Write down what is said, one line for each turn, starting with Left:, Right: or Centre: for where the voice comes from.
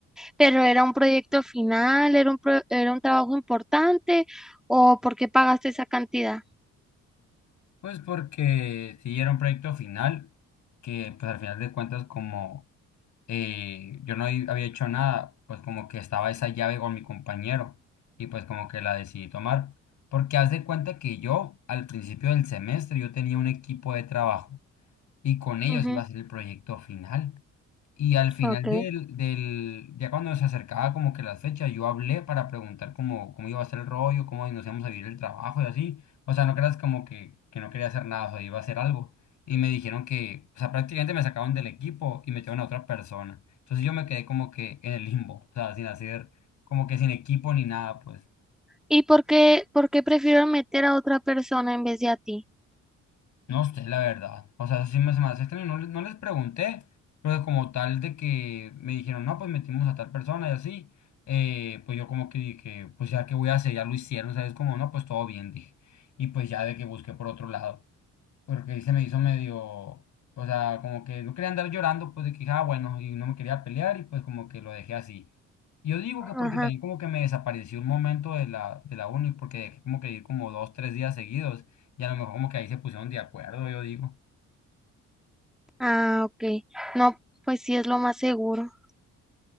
Centre: Pero era un proyecto final, era un pro- era un trabajo importante, ¿o por qué pagaste esa cantidad?
Left: Pues porque si era un proyecto final, que pues al final de cuentas como eh, yo no hi- había hecho nada, pues como que estaba esa llave con mi compañero y pues como que la decidí tomar. Porque haz de cuenta que yo al principio del semestre yo tenía un equipo de trabajo y con ellos
Centre: Ujú,
Left: iba a hacer el proyecto final. Y al final
Centre: ok.
Left: del, del, ya cuando se acercaba como que la fecha, yo hablé para preguntar cómo, cómo iba a ser el rollo, cómo nos íbamos a vivir el trabajo y así. O sea, no creas como que, que no quería hacer nada, o sea, iba a hacer algo. Y me dijeron que, o sea, prácticamente me sacaron del equipo y metieron a otra persona. Entonces yo me quedé como que en el limbo, o sea, sin hacer, como que sin equipo ni nada, pues.
Centre: ¿Y por qué, por qué prefiero meter a otra persona en vez de a ti?
Left: No sé, la verdad. O sea, eso sí me, se me hace extraño. No, le- no les pregunté, pero como tal de que me dijeron, no, pues metimos a tal persona y así, eh, pues yo como que dije, pues ya que voy a hacer, ya lo hicieron, ¿sabes? Como, no, pues todo bien, dije. Y pues ya de que busqué por otro lado porque se me hizo medio, o sea, como que no quería andar llorando, pues de que, dije, ah, bueno, y no me quería pelear y pues como que lo dejé así. Yo digo que porque
Centre: Ajá.
Left: también como que me desapareció un momento de la, de la uni, porque dejé como que ir como dos, tres días seguidos y a lo mejor como que ahí se pusieron de acuerdo, yo digo.
Centre: Ah, ok. No, pues sí es lo más seguro.